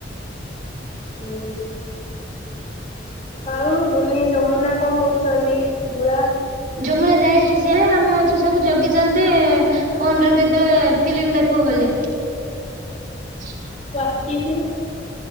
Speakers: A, on the left; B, on the right.
A: ହୁଁ। ଆଉ ବୁନି ଯମୁନା କଣ କରୁଛନ୍ତି ଭୋଳା।
B: ଯମୁନା ଯାଇଛି ସିଆ ଆମେ ଅଛୁ ସବୁ ଜଗିଛନ୍ତି। ଫୋନ ରେ କେତେବେଳେ। ଫିଲ୍ମ ଦେଖୁ ବୋଲି। <unintelligible>
A: ବାସିଥିଲି।